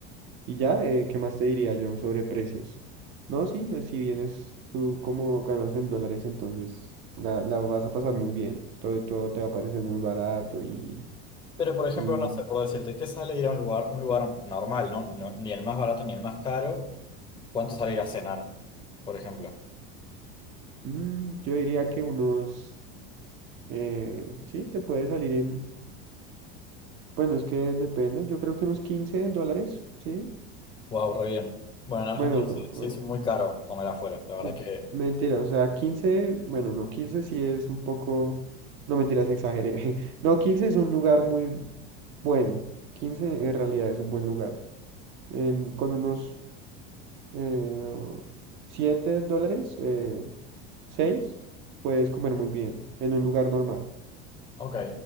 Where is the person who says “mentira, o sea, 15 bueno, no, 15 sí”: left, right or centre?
Right